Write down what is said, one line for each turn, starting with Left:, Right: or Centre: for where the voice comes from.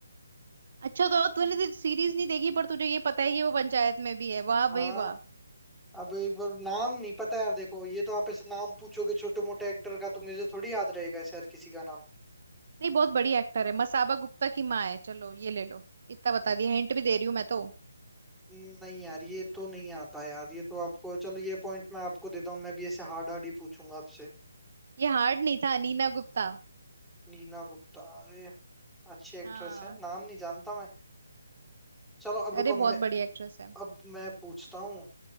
Right: अच्छा तो तूने तो सीरीज नहीं देखी पर तुझे ये पता है कि वो पंचायत में भी है वाह
Centre: हाँ
Right: भाई वाह
Centre: अब एक बार नाम नहीं पता यार देखो ये तो आप ऐसे नाम पूछोगे छोटे मोटे एक्टर का तो मुझे थोड़ी याद रहेगा ऐसे हर किसी का नाम
Right: नहीं बहुत बड़ी एक्टर है मसाबा गुप्ता की माँ है चलो ये ले लो इतना बता दिया हिंट भी दे रही हूँ मैं तो
Centre: नहीं यार ये तो नहीं आता यार ये तो आपको चलो ये पॉइंट मैं आपको देता हूँ मैं भी ऐसे हार्ड हार्ड ही पूछूंगा आपसे
Right: ये हार्ड नहीं था नीना गुप्ता
Centre: नीना गुप्ता अरे अच्छी एक्ट्रेस
Right: हाँ
Centre: है नाम नहीं जानता मैं चलो अब
Right: अरे
Centre: रुको
Right: बहुत
Centre: अब मैं
Right: बड़ी एक्ट्रेस है
Centre: अब मैं पूछता हूँ